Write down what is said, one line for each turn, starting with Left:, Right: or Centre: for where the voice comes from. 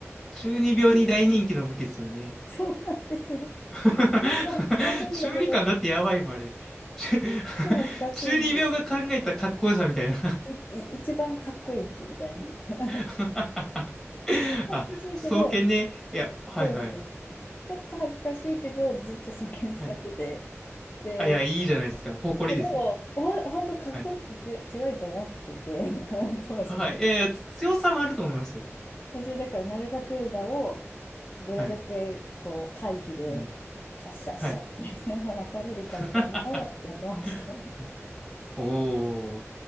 Centre: 中二病に大人気の武器ですよね。
Left: <laughs> そうなんですよ。
Centre: <laughs>
Left: 結構恥ずかしいんだけど、
Centre: 中二感だってやばいもん、あれ。中
Left: 結構恥ずかしいんですけどね。
Centre: <laughs> 中二病が考えたかっこよさみたいな
Left: い、い、一番かっこいい武器みたいな。<laughs> 恥ず
Centre: <laughs> あ、
Left: かしいけど、
Centre: 双剣ね。いや、はいはい。
Left: そうなんです。ちょっと恥ずかしいけど、ずっと双剣使ってて。
Centre: はい。
Left: で、
Centre: あ、いや、いいじゃないですか。誇りですよ。
Left: いやでも、ほん、ほんとかっこいいし強い強いと思っていて、
Centre: はい
Left: <laughs> 当時
Centre: はい。えー、強さもあると思いますよ。
Left: 本当にだから、ナルガクルガをどれだけこう回避で、
Centre: はい。うん。
Left: シャッシャッシャッってやりながら焼かれるかみたいなのをやってました。
Centre: はい。<laughs> はい。おー。